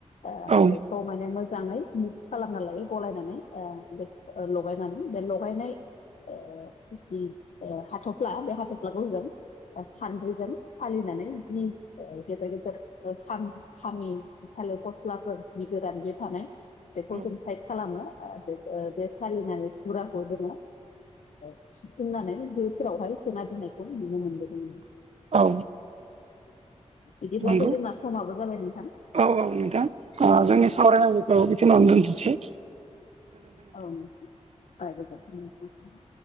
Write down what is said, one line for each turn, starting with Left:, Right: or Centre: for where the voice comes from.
Left: आ आ
Right: औ
Left: थ माने मोजाङै मिक्स खालामना लायो गलायनानै बे लगायनानै बे लगायनाय जि हाथ'फ्ला बे हाथ'फ्लाखौजों सानद्रिजों सालिनानै जि गेदेर गेदेर खामि जि खाालो फस्लाफोरनि गोदान बे थानाय बेखौ
Right: औ
Left: जों साइड खालामो बे बे सालिनानै खुराखौ जोङो सिफुंनानै दफोरावहाय सोना दोननायखौ नुनो मोनबो जों
Right: औ
Left: बिदिब्लाथ'
Right: नंगौ
Left: जोंना समाबो जाबाय नोंथां
Right: औ औ नोंथां जोंनि सावरायनांगौखौ बेखौनो दोनथिसै
Left: औ नंगौ